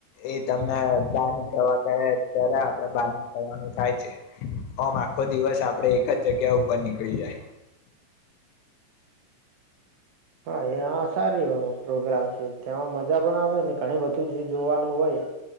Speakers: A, on the left; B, on the right.
A: એ તમને બાર નીકળવા કે ત્યારે આપડે બહાર નીકળવાનું થાય છે આમ આખો દિવસ આપડે એક જ જગ્યા ઉપર નીકળી જાય.
B: હા સારું પ્રોગ્રામ છે તેમાં મજા પણ આવેને ઘણી બધું જે જોવાનું હોય